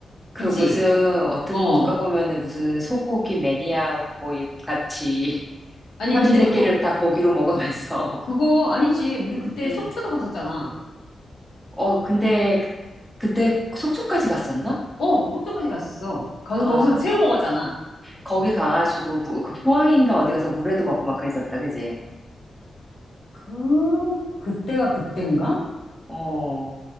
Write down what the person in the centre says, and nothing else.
그
무슨 어떻게
누가 보면은 무슨 소고기 매니아 모임 같이 <laughs>
삼시세끼를
다 고기로 먹으면서.
<laughs> 응.
어, 근데 그- 그때 속초까지 갔었나?
아,
거기 가가지고 무- 그 포항인가 어디 가서 물회도 먹고 막 그랬었다, 그지?
어.